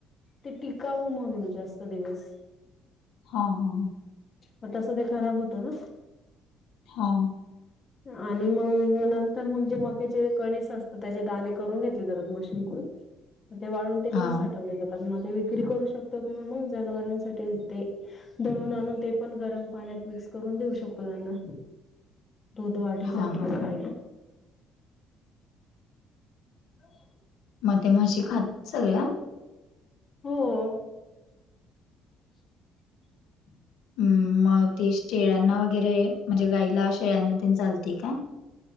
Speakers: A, on the left (about 25°); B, on the left (about 80°).
A: ते टिकावं म्हणून जास्त दिवस-
B: हा हा
A: मग तस ते खराब होत ना,
B: हा
A: आणि मग... नंतर मग जे मक्याचे कणीस असतात त्याचे दाणे करून घेतले तर मशीनकडून- ते वाळून ते
B: हा
A: पण साठवले
B: हा
A: जातात- म ते विक्री करू शकतो किंवा मग जनावरांसाठी ते- दळून आणून ते पण गरम पाण्यात मिक्स करून देऊ शकतो त्यांना- दूध वाढीसाठी
B: हा हा
A: असते. ह...
B: मग त्या म्हशी खातात सगळ्या?
A: हो.... <unintelligible>
B: हम् मग ते शेळ्यांना वगैरे म्हणजे गाईला, शेळ्यांना ते चालते का?